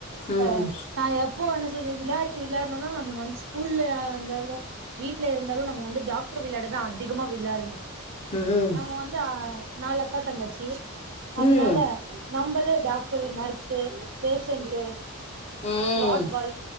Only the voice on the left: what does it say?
ம்
ம்
ம்
ம்